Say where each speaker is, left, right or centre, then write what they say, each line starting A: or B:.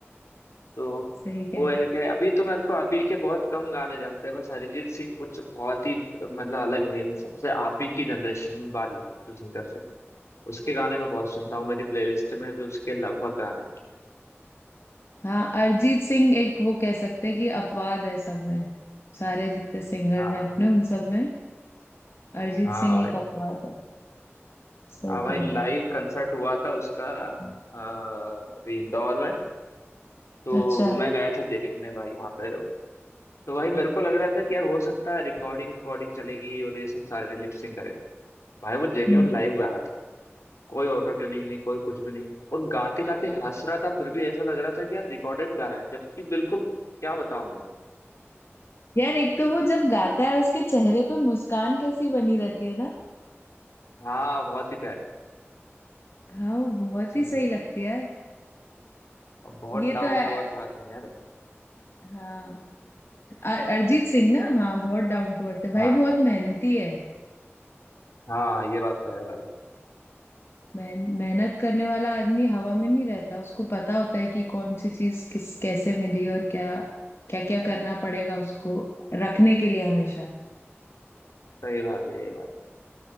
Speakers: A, on the left; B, on the left.
A: तो
B: सही कह
A: वो
B: रहा
A: है
B: है
A: कि अभी तो मेरे को अभी के बहुत कम गाने जमते हैं बस अरिजीत सिंह कुछ बहुत ही मतलब अलग है इन सबसे अभी की जनरेशन में बाल सिंगर से उसके गाने में बहुत सुनता हूँ मेरी प्लेलिस्ट में भी उसके लगभग गाने हैं।
B: हाँ अरिजीत सिंह एक वो कह सकते हैं कि अपवाद है सब में सारे जितने सिंगर्स
A: हाँ
B: हैं अपने उन सब में अरिजीत
A: हाँ
B: सिंह
A: भाई
B: एक अपवाद है सही
A: हाँ भाई
B: कह
A: लाइव
B: रहे
A: कंसर्ट हुआ था उसका
B: हैं
A: अ, अभी इंदौर में तो
B: अच्छा
A: मैं गया था देखने भाई वहां पे तो भाई मेरे को लग रहा था कि यार हो सकता है रिकॉर्डिंग रिकॉर्डिंग चलेगी और ये सब सारे लिपसिंग करे भाई वो जेन्यून
B: हम्म
A: लाइव गा रहा था कोई ऑटो ट्यूनिंग नहीं कोई कुछ भी नहीं और गाते गाते हंस रहा था फिर भी ऐसा लग रहा था कि यार रिकॉर्डेड गा रहा है जबकि बिल्कुल क्या बताऊं मैं यार
B: यार एक तो वो जब गाता है उसके चेहरे पे मुस्कान कैसी बनी रहती है ना
A: हाँ बहुत ही प्यारी
B: हाँ वो बहुत
A: सच
B: ही सही
A: में
B: लगती है यार
A: और बहुत
B: ये
A: डाउन
B: तो है
A: टू अर्थ आदमी यार
B: हाँ अ- अरिजीत सिंह ना हाँ बहुत डाउन टू अर्थ है भाई
A: हाँ
B: बहुत मेहनती है
A: हाँ ये बात तो है भाई
B: मेहन मेहनत करने वाला आदमी हवा में नहीं रहता उसको पता होता है कि कौन सी चीज किस कैसे मिली और क्या क्या क्या करना पड़ेगा उसको रखने के लिए हमेशा
A: सही बात है ये बात